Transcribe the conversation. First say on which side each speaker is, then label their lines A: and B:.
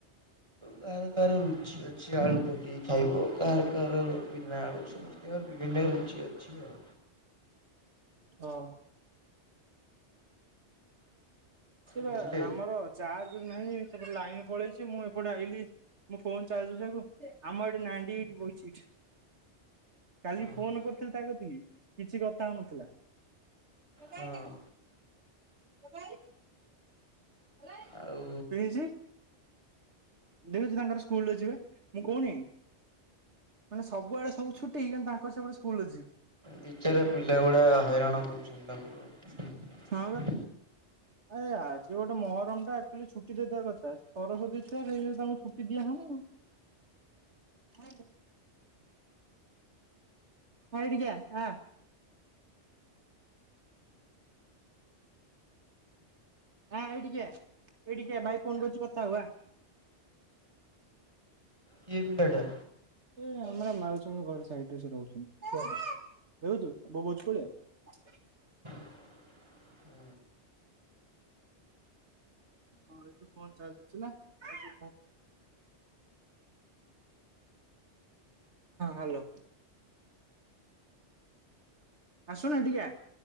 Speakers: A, on the right; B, on the right.
A: ହୋଉ କା କାହାର କାହାର ରୁଚି ଅଛି ଆଳୁ ପକେଇକି ଖାଇବ। କାହାର କାହାର ବିନା ଆଳୁ ସମସ୍ତଙ୍କର ବିଭିନ୍ନ ରୁଚି ଅଛିି ଆଉ।
B: ହଁ। ସେଇଟା
A: ବୁଝିଲେ।
B: ଆମର ଚାର୍ଜ ନାହିଁ। ସେପଟେ ଲାଇନ ପଳେଇଚି। ମୁଁ ଏପଟେ ଆଇଲି। ମୁଁ ଫୋନ ଚାରଜ ବସେଇବାକୁ ଆମର ଏଠି ନାଣ୍ଡି ଏଇଠି ବଇଛି ଏଇଠି। କାଲି
A: ଓହୋ
B: ଫୋନ କରିଥିଲି ତା କତିିକି କିଛି କଥା ହଉନଥିଲା। ମୋବାଇଲ
A: ହଁ
B: କାଇଁ ମୋବାଇଲ। କି
A: ଆଉ
B: ହେଇଚି। ଦେଖୁଚି ତାଙ୍କର ସ୍କୁଲ ଅଛିବା ମୁଁ କହୁନି। ମାନେ ସବୁଆଡେ ସବୁ ଛୁଟି। କିନ୍ତୁ ତାଙ୍କର ସେପଟେ ସ୍କୁଲ ଅଛି।
A: ବିଚରା ପିଲା ଗୁଡା ହଇରାଣ କରୁଛନ୍ତି ତାଙ୍କୁ ଆଉ।
B: ହଁ ବା ଆରେ ଆଜି ଗୋଟେ ମହରମ ଟା ଆକଚୁଆଲି ଛୁଟି ଦେଇଦବା କଥା। ସରସ୍ଵତୀ ତାଙ୍କୁ ସେଇଥି ଯୋଗୁ ତାଙ୍କୁ ଛୁଟି ଦିଆହୋଉନି। ହଁ ଏଇଠିକି ଆ ଆ। ଆ ଏଇଠି କି ଆ ଏଇଠିକି ଆ ଭାଇ ଫୋନ ଧରିଚି। କଥା ହୋବୁ।
A: କିଏପିିଲାଟା।
B: ଏ ଆମର ମାଉସଙ୍କ ଘରେ ସାଇଡରେ ସେ ରହୁଚନ୍ତି। ଦେଖୁଉଛ ବବୋଉଚି କୋଉଭଳିଆ।
A: ହୁଁ।
B: ହଁ ଏଠି ଫୋନ ଚାଲିଚି। ନାହଁ ହାଲୋ। ଆସୁନ ଟିକେ